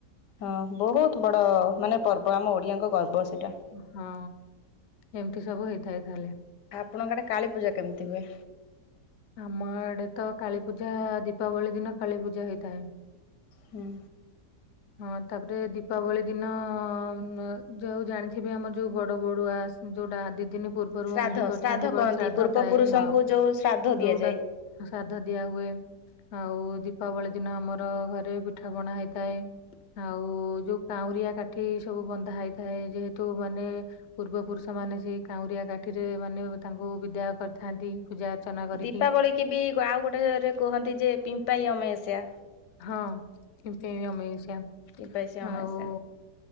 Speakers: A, on the left; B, on the left.
A: ହଁ ବହୁତ ବଡ ମାନେ ପର୍ବ ଆମ ଓଡିଆଙ୍କ ଗର୍ବ ସେଟା।
B: ହଁ ଏମତି ସବୁ ହେଇଥାଏ ତାହେଲେ।
A: ଆପଣଙ୍କ ଆଡେ କାଳି ପୂଜା କେମିତି ହୁଏ?
B: ଆମ ଆଡେ ତ କାଳୀପୂଜା ଦୀପାବଳି ଦିନ କାଳୀପୂଜା ହେଇଥାଏ।
A: ହୁଁ।
B: ହଁ ତାପରେ ଦୀପାବଳି ଦିନ ଉଁ ଯୋଉ ଜାଣିଥିବେ ଆମର ଯୋଉ ବଡ ବଡୁଆ ଆ ଯୋଉଟା ଦି ଦିନ ପୂର୍ବରୁ
A: ଶ୍ରାଦ୍ଧ
B: ହାଣ୍ଡି କରିଥାନ୍ତି
A: ଶ୍ରାଦ୍ଧ
B: ବ
A: କହନ୍ତି
B: ଶ୍ରାଦ୍ଧ
A: ପୂର୍ବ
B: ଥାଏ
A: ପୁରୁଷଙ୍କୁ
B: ହଁ।
A: ଯୋଉ ଶ୍ରାଦ୍ଧ
B: ଯୋଉଟା
A: ଦିଆଯାଏ।
B: ଶ୍ରାଦ୍ଧ ଦିଆ ହୁଏ। ଆଉ ଦୀପାବଳି ଦିନ ଆମର ଘରେ ପିଠା ପଣା ହେଇଥାଏ। ଆଉ ଯୋଉ କାଉଁରିଆ କାଠି ସବୁ ବନ୍ଧା ହେଇଥାଏ ଯେହେତୁ ମାନେ ପୂର୍ବ ପୁରୁଷ ମାନେ ସେଇ କାଉଁରିଆ କାଠିରେ ମାନେ ତାଙ୍କୁ ବିଦାୟ କରିଥାନ୍ତି ପୂଜା ଅର୍ଚ୍ଚନା କରିକି।
A: ଦୀପାବଳି କି ବି ଆଉ ଗୋଟେରେ କୁହନ୍ତି ଯେ ପିମ୍ପାଇ ଅମାବାସ୍ୟ।
B: ହଁ ପିମ୍ପେଇ ଆମାବାସ୍ୟ
A: ପିମ୍ପାଇ ଅମାବାସ୍ୟା।
B: ଆଉ